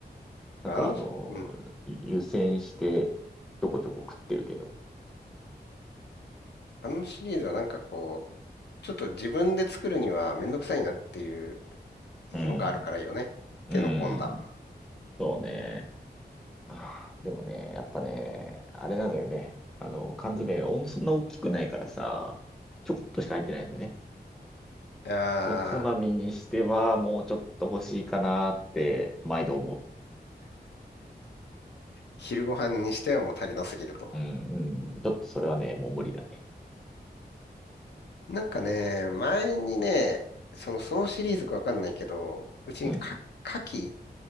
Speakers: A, on the left (about 80°); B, in the centre.
A: まあ、
B: なんかあの湯煎してちょこちょこ食ってるけど。
A: あの、うん。あのシリーズはなんかこう、ちょっと自分で作るにはめんどくさいなっていう
B: うん。
A: のがあるからいいよね。
B: うん。
A: 手の込んだ。
B: そうね。まあ、でもね、やっぱね、あれなのよね。あの、缶詰がそんな大きくないからさ、ちょこっとしか入ってないんだよね。
A: いやー、
B: おつまみにしては、もうちょっと欲しいかなって、毎度思
A: 昼ご飯にしてはもう足りなすぎると。
B: う。うん、うん。ちょっとそれはね、もう無理だね。
A: なんかね、
B: ね
A: 前にね、その、そのシリーズかわかんないけど、うちにか、
B: うん。
A: 牡蠣